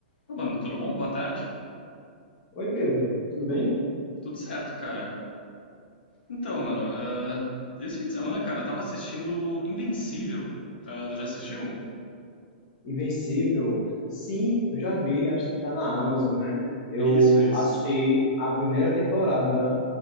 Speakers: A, on the left; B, on the left.
A: Ô, mano, tudo bom? Boa tarde.
B: Oi, Pedro, tudo bem?
A: Tudo certo, cara. Então, mano, ah, esse fim de semana, cara, eu tava assistindo Invencível. Ah, tu já assistiu?
B: Invencível? Sim, eu já vi, acho que tá na Amazon, né? Eu
A: Isso, isso.
B: assisti a primeira temporada